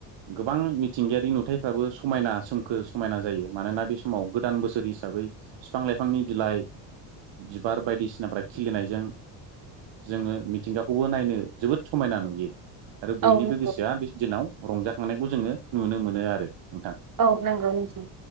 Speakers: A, on the right; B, on the right.
A: गोबां मिथिंगायारि नुथायफ्राबो समायना सोमखोर समायना जायो मानोना बे माव गोदान बोसोर हिसाबै फिफां लाइफ फिफांनि बिलाइ बिबार बायदिसिनाफ्रा खिलिनायजों जोङो मिथिंगाखौबो नायनो जोबोद समायना नुयो आरो बयनिबो
B: औ नंगौ
A: गोसोआ बे दिनाव रंजाखांनायखौ जोङो नुनो मोनो आरो नोंथां
B: औ नोंगौ नोंथां